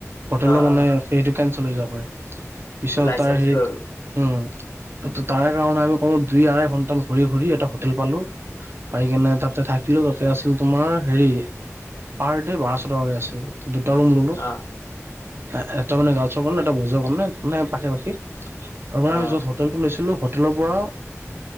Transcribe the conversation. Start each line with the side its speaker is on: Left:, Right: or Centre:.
Right: হোটেলৰ,
Left: অ
Right: মানে
Left: অ
Right: সেইটো কেঞ্চেল হৈ যাব পাৰে। পিছত
Left: লাইচেন্সটো
Right: তাৰ হেৰিত
Left: আৰু
Right: উম ত ত তাৰে কাৰণে আমি কমেও দুই আঢ়ৈ ঘন্টামান ঘূৰি -ঘূৰি এটা হোটেল, পালো। পাই কিনে তাতে থাকিলো তাতে আছিল তোমাৰ হেৰি পাৰ দে বাৰশ টকাকে আছিল। দুটা ৰুম ল'লো।
Left: অ
Right: এ এ এটা মানে ৰ্গালছৰ, কাৰণে এটা বইজৰ, কাৰণে মানে পাশে- পাশি আৰু মানে
Left: অ
Right: আমি য'ত হোটেলটো, লৈছিলো হোটেলৰ পৰা